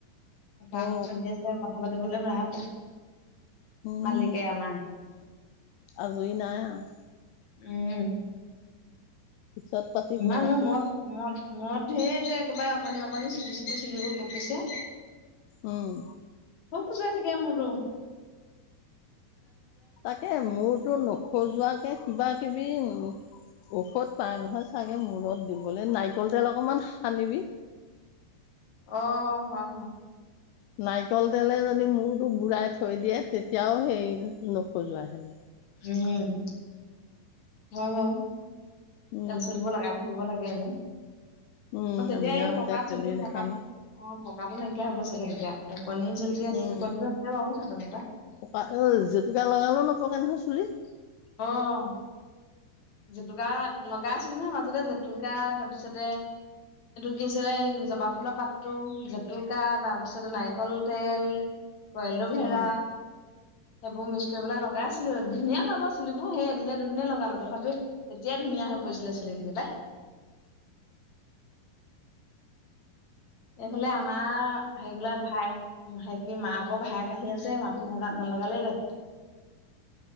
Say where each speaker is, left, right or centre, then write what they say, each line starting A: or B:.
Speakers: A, on the left; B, on the left.
A: কাম
B: অ
A: চলি আছে খাব দিবলৈ বেয়া পায়
B: উম।
A: মালিকে আমাৰ
B: আজৰি নাই আৰু।
A: উম।
B: পিছত পাতিব
A: নাই মোৰ
B: ৰাতি
A: মোৰত মোৰত-মোৰত ঢেৰ যে একেবাৰে অকনি-অকনি চুটি- চুটি চুলিবোৰ পকিছে।
B: উম।
A: বৰ খোজোয়াই থাকে মোৰটো।
B: তাকে মোৰতো নখজোৱাকে কিবা কিবি ঔষধ পাই নহয় চাগে মূৰত দিবলৈ নাৰিকল তেল অকমান সানিবি।
A: অ' হয়।
B: নাৰিকল তেলে যদি মূৰটো গুৰাই থাক থৈ দিয়ে তেতিয়াও সেই নোখোজোৱা হেনি
A: উম। হয় বাৰু।
B: উম
A: ৰেল চলিব লগা থাকিব লাগে হয় ন
B: উম
A: অ তেতিয়া
B: আমি
A: এই
B: আৰু
A: পকা
B: এতিয়া তেলেই
A: চুলি পকাটো
B: নাখানো
A: অ পকাটো নাইকিয়া হ'ব চাগে তেতিয়া ওকণি যদি আছে
B: উম
A: ওকণিটো আছে বাৰু এটা দুটা
B: পকা জেতুকা লগালেও নপকে নহয় চুলিত
A: আহ জেতুকা লগাই আছিলে নহয় মাজতে জেতুকা তাৰপিছতে এইটো কি হৈছিলে জবা ফুলৰ পাতটো জেতুকা তাৰপিছতে নাৰিকল তেল কইলো ভেৰা
B: উম
A: সেইবোৰ মিক্স কৰিবলৈ লগাইছিলো ধুনীয়া হ'ব চুলিবোৰ সেই এদিনে দুদিনে লগালো তথাপি তেতিয়াই ধুনীয়া হৈ পৰিছিলে চুলিখিনি পাই এইফালে আমাৰ সেইবিলাক ভায়েক মাকৰ ভায়েক আহি আছে মাত নাত নলগালেই বা